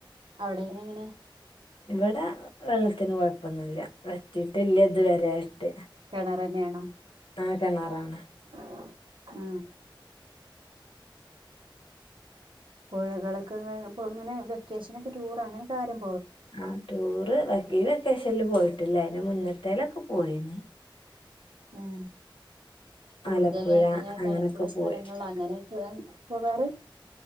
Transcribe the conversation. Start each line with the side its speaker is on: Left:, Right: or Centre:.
Right: അവിടെ എങ്ങനെ
Left: ഇവിടെ വെള്ളത്തിന് കൊഴപ്പൊന്നുമല്ല വറ്റിട്ടില്ല ഇതു വരൊയിട്ട്
Right: കിണർ തന്നെയാണോ
Left: ആ കിണാറാണ്
Right: ആ ആ പുഴകളൊക്കെ ഇ ഇങ്ങനെ വെക്കേഷന ഒക്കെ ടൂർ അങ്ങനെ കാര്യം
Left: ആ ടൂറ് വഈ വെക്കേഷനിൽ പോയിട്ടില്ല അന് മുന്നത്തേലൊക്കെ പോയിന്ന്
Right: ഉ കൂടുതൽ
Left: ആലപ്പുഴ
Right: അങ്ങനെ
Left: അങ്ങനൊക്കെ
Right: തണുപ്പുള്ള സ്ഥലങ്ങൾ
Left: പോയി
Right: അങ്ങനെയൊക്കെ പോകാറ്